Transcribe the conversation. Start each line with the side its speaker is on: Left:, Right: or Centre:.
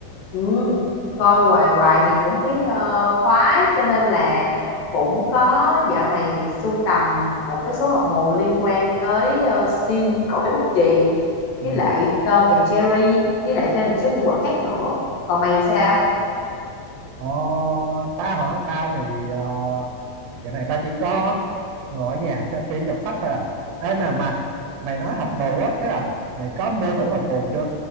Left: ừ, coi hoài hoài thì cũng thấy ờ, khoái cho nên là cũng có dạo này sưu tầm một cái số hộp mù liên quan tới uh, Sin cậu bé bút chì
Right: Ừ.
Left: với lại Tom and Jerry với lại thêm một số nhân vật khác nữa còn mày sao
Right: Ờ, tao hả? Tao thì ờ, dạo này tao chỉ có ngồi ở nhà xem phim đọc sách thôi à. Ê mà mà mày nói học mù á, tức là mày có mua thử học mù chưa?